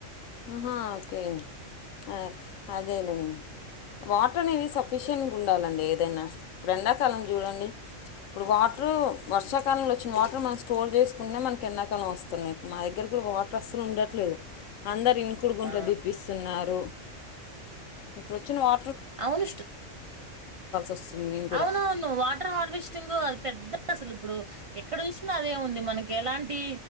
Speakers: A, on the left; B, on the right.
A: హా ఓకే ఆఅదేలేండి వాటర్ అనేవి సఫిషియంట్గా ఉండాలండి ఏదైనా ఇప్పుడు ఎండాకాలం చూడండి ఇప్పుడు వాటరు వర్షకాలంలో వచ్చిన వాటర్ మనం స్టోర్ చేసుకునే మనకి ఎండాకాలం వస్తున్నాయి మా దగ్గర కూడా వాటర్ అసలు ఉండట్లేదు అందరు ఇంకుడు గుంట్లో
B: ఆ
A: దిప్పిస్తున్నారు ఇప్పుడు వచ్చినా వా
B: అవునుష్ట్
A: వస్తుంది మేము కూడా
B: అవునవును వాటర్ హార్వెస్టింగ్ అది పెద్ద అసలు ఇప్పుడు ఎక్కడ చూసినా అదే ఉంది మనకి ఎలాంటి